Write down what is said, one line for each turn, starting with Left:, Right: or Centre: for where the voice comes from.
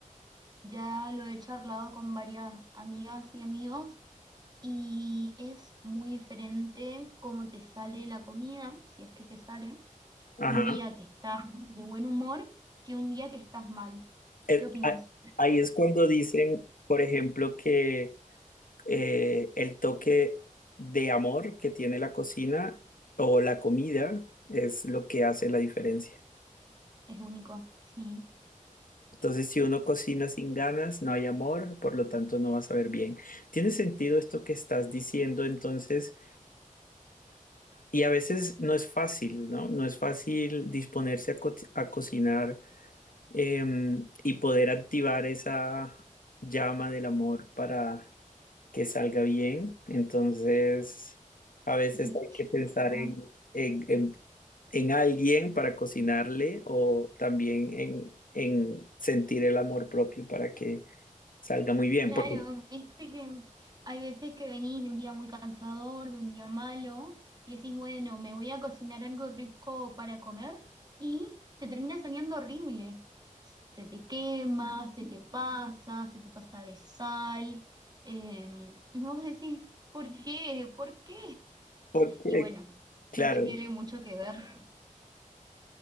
Right: ya lo he charlado con varias amigas y amigos y es muy diferente cómo te sale la comida, si es que te sale,
Left: Ajá.
Right: un día que estás de buen humor que un día que estás mal.
Left: Eh,
Right: ¿Qué opinas?
Left: a- ahí es cuando dicen, por ejemplo, que eh, el toque de amor que tiene la cocina o la comida es lo que hace la diferencia.
Right: Es único, sí.
Left: Entonces, si uno cocina sin ganas, no hay amor, por lo tanto no va a saber bien. Tiene sentido esto que estás diciendo, entonces, y a veces no es fácil, ¿no? No es fácil disponerse a, co- a cocinar em, y poder activar esa llama del amor para que salga bien. Entonces, a veces
Right: <laughs>
Left: hay que pensar
Right: Claro.
Left: en, en, en- en alguien para cocinarle o también en, en sentir el amor propio para que salga muy bien.
Right: Claro,
Left: Porque,
Right: viste que hay veces que venís de un día muy cansador, de un día malo, y decís, bueno, me voy a cocinar algo rico para comer, y te termina saliendo horrible. Se te quema, se te pasa, se te pasa de sal. eh, y vos decís, ¿por qué? ¿Por qué?
Left: porque,
Right: Y bueno,
Left: claro,
Right: creo que tiene mucho que ver.